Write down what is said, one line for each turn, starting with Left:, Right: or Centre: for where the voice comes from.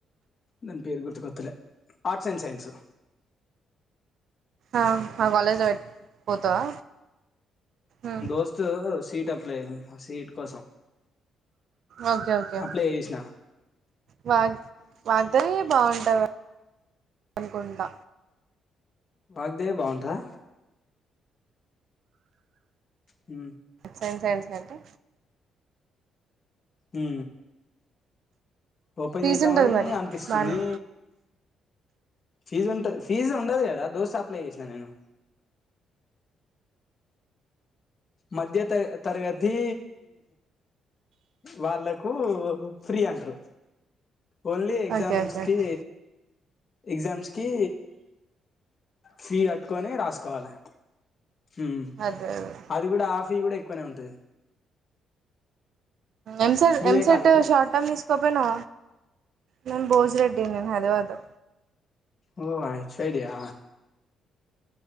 Left: దాన్ పేరు గుర్తుకత్తలే ఆర్ట్స్ అండ్ సైన్సు
Right: ఆ మా కాలేజ్ పెట్ పోతావా ఉమ్,
Left: దోస్తు సీట్ అప్లై సీట్ కోసం
Right: ఓకే ఓకే
Left: అప్లై చేసిన
Right: వా వాగ్దేవి బాగుంటది అనుకుంటా
Left: వాగ్దేవి బాగుంటాదా ఉ
Right: సైన్ సైన్స్ కంటే
Left: ఉ ఓపన్
Right: ఫీజు
Left: చేద్దామని
Right: ఉంటది మరి
Left: అనిపిస్తుంది
Right: బానే
Left: ఫీజు ఉంటది ఫీజు ఉండదు కదా దోస్త్ అప్లై చేసినా నేను మధ్య త తరగతి వాళ్ళకు ఫ్రీ అంటరు ఓన్లీ ఎగ్జామ్స్
Right: ఓకే ఓకే
Left: కి
Right: ఓకే
Left: ఎగ్జామ్స్ కి ఫీ కట్టుకొని రాసుకోవాలి హు
Right: అదే అదే
Left: అది కూడా ఆఫీ కూడా ఎక్కువనే ఉంటది
Right: ఎంసెట్
Left: మీదే
Right: ఎంసెట్
Left: కాలేజు
Right: షార్ట్ టర్మ్ తీ సప్పేనా నేను భోజ్ రెడ్డి నేను హైదరాబాదు
Left: ఓ ఇట్ సైడియా